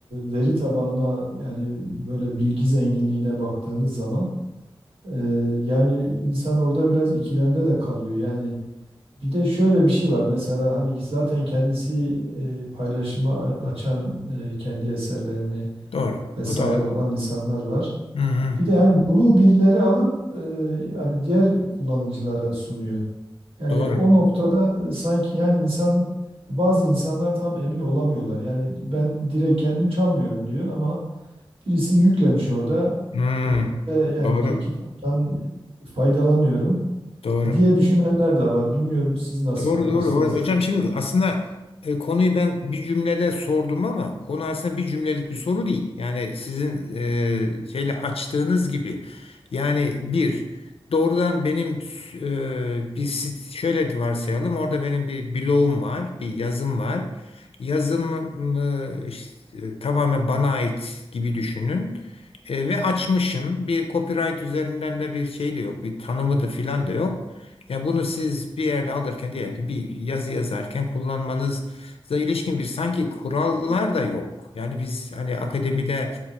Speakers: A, on the right; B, on the left.
A: veri tabanına yani böyle bilgi zenginliğine baktığınız zaman ee, yani insan orada biraz ikilemde de kalıyor. Yani bir de şöyle bir şey var. Mesela hani zaten kendisi e, paylaşıma a- açan e, kendi eserlerini
B: Doğru.
A: vesaire
B: O da var.
A: olan insanlar var.
B: Hı hı.
A: Bir de yani bunu birileri alıp e, yani diğer kullanıcılara sunuyor. Yani
B: Doğru.
A: o noktada e, sanki yani insan bazı insanlar tam emin olamıyorlar. Yani ben direkt kendim çalmıyorum diyor ama Birisi yüklemiş orada.
B: Hmm,
A: E, e, yani
B: doğru.
A: ki- kitaptan faydalanıyorum
B: Doğru.
A: diye düşünenler de var. Bilmiyorum siz nasıl
B: Doğru
A: bakarsınız?
B: doğru. Ho- Hocam şimdi aslında e, konuyu ben bir cümlede sordum ama konu aslında bir cümlelik bir soru değil. Yani sizin e, şeyle açtığınız gibi. Yani bir doğrudan benim e, bir sit- şöyle de varsayalım orada benim bir bloğum var, bir yazım var. Yazım e, işte, e, tamamen bana ait gibi düşünün. E, ve açmışım. Bir copyright üzerinden de bir şey de yok. Bir tanımı da filan da yok. Ya bunu siz bir yerde alırken diyelim ki bir yazı yazarken kullanmanıza ilişkin bir sanki kurallar da yok. Yani biz hani akademide